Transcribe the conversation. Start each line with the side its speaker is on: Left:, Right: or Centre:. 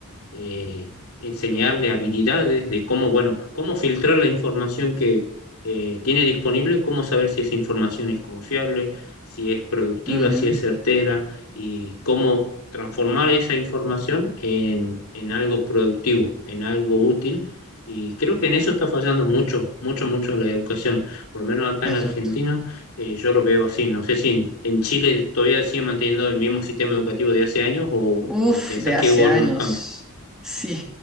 Left: eh, enseñarle habilidades de cómo, bueno, cómo filtrar la información que eh, tiene disponible, cómo saber si esa información es confiable, si es productiva,
Centre: Ujú.
Left: si es certera y cómo transformar esa información en, en algo productivo, en algo útil. Y creo que en eso está fallando mucho, mucho, mucho la educación. Por lo menos acá
Centre: Exacto.
Left: en Argentina, eh, yo lo veo así. No sé si en, en Chile todavía sigue manteniendo el mismo sistema educativo de hace años o,
Centre: Uf,
Left: o pensás
Centre: de hace
Left: que hubo algunos
Centre: años.
Left: cambios.
Centre: <laughs> Sí,